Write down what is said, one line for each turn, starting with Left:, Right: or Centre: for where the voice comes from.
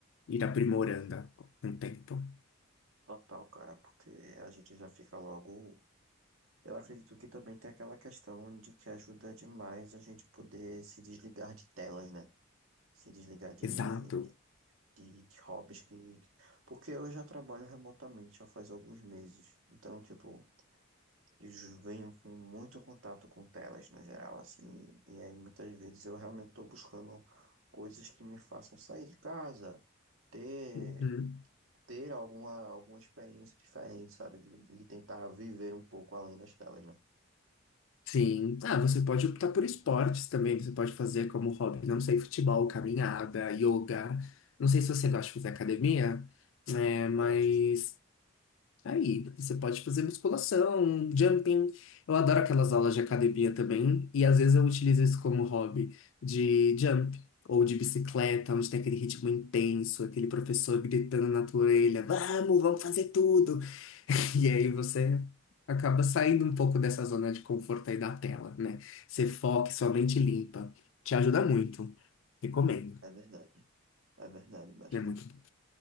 Left: ir aprimorando com o tempo.
Right: Total, cara, porque a gente já fica logo. Eu acredito que também tem aquela questão de que ajuda demais a gente poder se desligar de telas, né? Se desligar de, de
Left: Exato.
Right: de, de hobbies que. Porque eu já trabalho remotamente já faz alguns meses. Então, tipo, eu venho com muito contato com telas no geral, assim. E aí muitas vezes eu realmente estou buscando coisas que me façam sair de casa, ter,
Left: Uhum.
Right: ter alguma, alguma experiência diferente, sabe? E tentar viver um pouco além das telas, né?
Left: Sim. Ah, você pode optar por esportes também, você pode fazer como hobby, não sei, futebol, caminhada, yoga. Não sei se você gosta de fazer academia, né, mas
Right: Gosto.
Left: Aí, você pode fazer musculação, jumping. Eu adoro aquelas aulas de academia também. E às vezes eu utilizo isso como hobby de jump ou de bicicleta, onde tem aquele ritmo intenso, aquele professor gritando na tua orelha: Vamos, vamos fazer tudo. <laughs> E aí você acaba saindo um pouco dessa zona de conforto aí da tela, né? Você foca, e sua mente limpa. Te ajuda muito. Recomendo.
Right: É verdade, é verdade, bastante.
Left: É muito. bom.